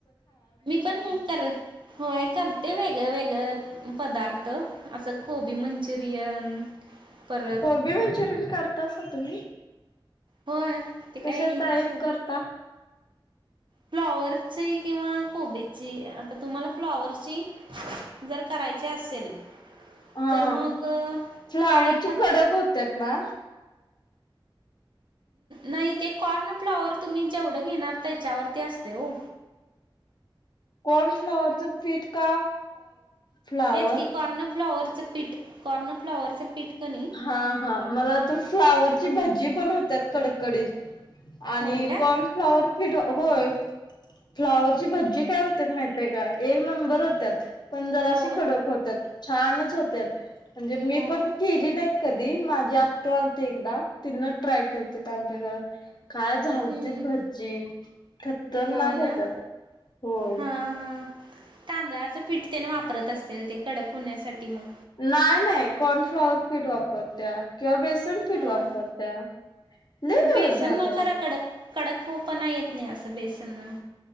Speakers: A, on the right; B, on the left.
A: मी पण कर होय कर ते वेगळ वेगळें पदार्थ असं कोबी मंचुरियन परत
B: कोबी मंचुरियन करता अस तुम्ही,
A: होय ते काय
B: कशा टाईप
A: स
B: करता
A: फ्लॉवरची किंवा कोबीची आता तुम्हाला फ्लॉवरची जर करायचे असेल,
B: हा
A: तर मग अ,
B: फ्लावरची
A: काय फक्त
B: कडक होत ना?
A: नाही ते कॉर्न फ्लॉवर तुम्ही जेवढं घेणार त्याच्यावर वरती असत्या ओ!
B: कॉन फ्लाॉवरच पीट का फ्लावर
A: तेच की कॉर्नफ्लॉवरचं पीठ, कॉर्नफ्लॉवरचं पीठ कणी
B: हा हा मला त फ्लावरची भजी, पण होत कडडीत आणि
A: होय काय
B: कॉर्नफ्लॉवर ठ होय फ्लावरची भज्जी काय होत्या माहतेय का एक नंबर होत्या. पण जराशी
A: होय
B: खडक होतात छानच होत्या म्हणजे मी
A: होय
B: पण केली नाही, कधी माझी आत्तू आलते एकदा तिन ट्राय केलं त आमच्या घरात, काय झालती
A: हम्म
B: भाजी खतरनाक
A: होय ना
B: होतात होय.
A: हा हा तांदळाचं पीठ तेने वापरत असे ते कडक होण्यासाठी मग,
B: नाही नाही कॉर्नफ्लॉवर पीठ वापरत्या किंवा बेस सनपीट
A: हा
B: वापरत्या लय दिवस
A: बेसन
B: झालं.
A: न खरा कडक होपणा येत नाही असं बेसन न,